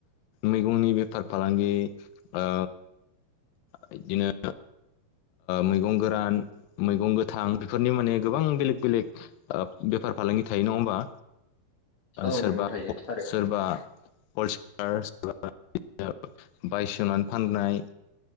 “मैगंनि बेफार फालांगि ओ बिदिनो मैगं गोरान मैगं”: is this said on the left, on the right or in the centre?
Left